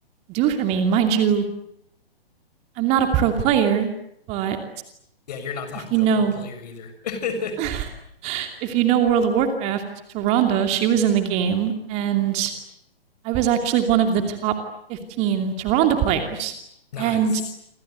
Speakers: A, on the right; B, on the left.
A: do for me. Mind you, I'm not a pro player, but
B: Yeah, you're not talking
A: if you
B: to
A: know
B: a pro player either. <laughs>
A: <laughs> if you know World of Warcraft, Taronda, she was in the game, and I was actually one of the top 15 Taronda players.
B: nice.
A: And